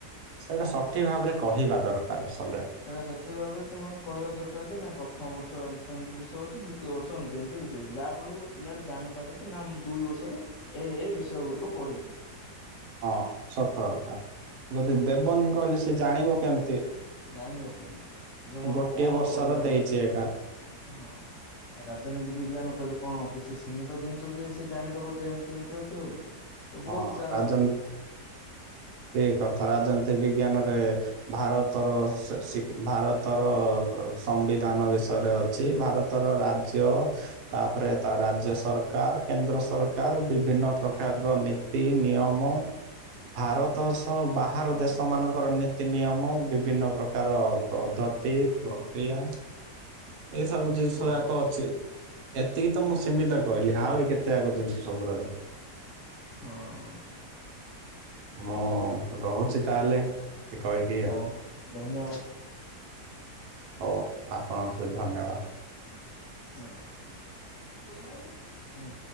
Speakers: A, on the right; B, on the left.
A: ସେଇଟା ସଠିକ୍ ଭାବରେ କହିବା ଦରକାର। ଅସଲରେ
B: ସେଇଟା ସଠିକ ଭାବରେ ସେମାନେ କହିବା ଦରକାର ଯେ ନାଇଁ ପ୍ରଥମ ବର୍ଷ ଏମିତି ଏମିତି ବିଷୟ ଅଛି ଦ୍ଵି ତୀୟ ବର୍ଷ ଏମିତି ଏମିତି ବିଷୟ ଯାହା ଫଳରେ ଗୋଟେ ପିଲାଟେ ଜାଣିପାରିବ ଯେ ନା ମୁଁ ଦୁଇ ବର୍ଷରେ ଏ ବିଷୟ ଗୁଡିକୁ ପ ପଢ଼ିବି।
A: ହଁ ସତ କଥା ଯଦି ଦେବନି କହିଲେ ସେ ଜାଣିବ କେମିତି।
B: ସେ ଜାଣିବ କେମିତି ଯେ ମୋର
A: ଗୋଟିଏ
B: କଣ
A: ବର୍ଷର
B: ପଢ଼ିବାର
A: ଦେଇଛି
B: ଅଛି।
A: ଏକା
B: ହଁ ଏରା ଯେମିତି ବିଜ୍ଞାନ କହିଲେ କଣ କିଛି ସୀମିତ ଜିନିଷ ଯେ ସେ ଜାଣିଦବ ଯେ ଏମିତି ଏମିତି ଅଛି ବୋଲି। ତ ବହୁତ
A: ହଁ
B: ସାରା
A: ରାଜନ। ଠିକ୍ କଥା ରାଜନୀତି ବିଜ୍ଞାନ ରେ। ଭାରତର ସ ଶିଖ ଭାରତର କ ସମ୍ବିଧାନ ବିଷୟରେ ଅଛି ଭାରତ ର ରାଜ୍ୟ ତାପରେ ତା ରାଜ୍ୟ ସ ରକାର କେନ୍ଦ୍ର ସରକାର ବିଭିନ୍ନ ପ୍ରକାର। ର ନୀତି ନିୟମ ଭାରତ ସହ ବାହାର
B: ହଁ।
A: ଦେଶ ମାନଙ୍କର। ନୀତି ନିୟମ ବିଭିନ୍ନ ପ୍ରକାର ପଦ୍ଧତି
B: ହଁ
A: ପ୍ରକ୍ରିୟା। ଏଇ ସବୁ ଜିନିଷ
B: ହଁ
A: ଯାକ
B: ପରା
A: ଅଛି ଏତିକି ତ ମୁଁ ସୀମିତ କହିଲି ଆହୁରି କେତେ ଆଗକୁ ଜିନିଷ ସବୁ ରହିବ।
B: ହଁ।
A: ମୁଁ ରହୁଛି
B: ହଉ
A: ତାହେଲେ କହିକି
B: ହଉ
A: ଆଉ।
B: ଧନ୍ୟବାଦ।
A: ହଉ ଆପଣଙ୍କୁ ବି ଧନ୍ୟବାଦ।
B: ହଁ ହୁଁ।